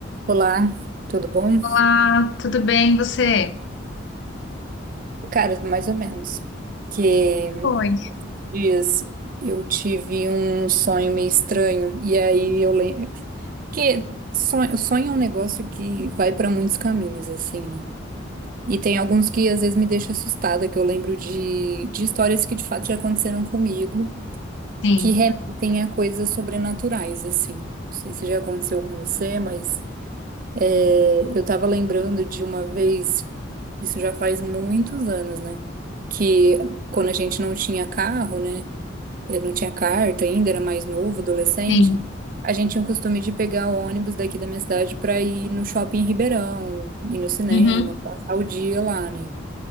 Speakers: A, on the right (about 45°); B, on the left (about 65°).
A: Olá, tudo bom?
B: Olá, tudo bem, você?
A: Cara, mais ou menos. Que
B: Foi.
A: dias eu tive um sonho meio estranho e aí eu lembro que sonho, sonho é um negócio que vai para muitos caminhos assim, né? E tem alguns que às vezes me deixam assustada, que eu lembro de, de histórias que de fato já aconteceram comigo,
B: Sim,
A: que remetem a coisas sobrenaturais assim. Não sei se já aconteceu com você, mas É, Eu estava lembrando de uma vez, isso já faz muitos anos, né? Que quando a gente não tinha carro, né? Eu não tinha carta ainda, era mais novo, adolescente.
B: sim.
A: A gente tinha o costume de pegar o ônibus daqui da minha cidade para ir no shopping em Ribeirão, ir no cinema,
B: Uhum,
A: passar o dia lá, né?